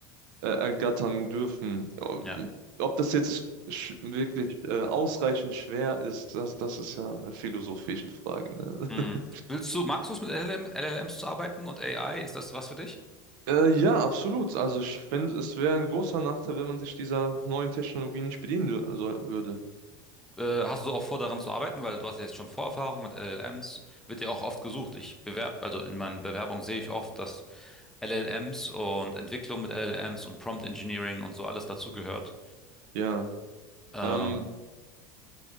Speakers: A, on the right; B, in the centre.
A: äh, ergattern dürfen. Ob
B: Ja.
A: ob das jetzt sch- wirklich äh, ausreichend schwer ist, das, das ist ja eine philosophische Frage, ne?
B: Mhm.
A: <laughs>
B: Willst du, magst du es mit LLM, LLMs zu arbeiten und AI? Ist das was für dich?
A: Äh, ja, absolut. Also ich finde, es wäre ein großer Nachteil, wenn man sich dieser neuen Technologie nicht bedienen dür- soll, würde.
B: Äh, hast du auch vor, daran zu arbeiten, weil du hast ja jetzt schon Vorerfahrung mit LLMs, wird ja auch oft gesucht. Ich bewerb, also in meinen Bewerbungen sehe ich oft, dass LLMs und Entwicklung mit LLMs und Prompt Engineering und so alles dazugehört.
A: Ja.
B: Ähm,
A: Ähm,